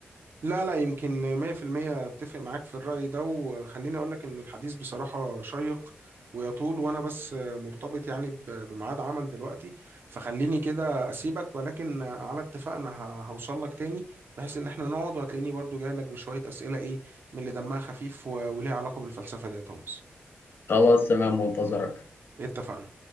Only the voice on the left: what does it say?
خلاص تمام منتظرك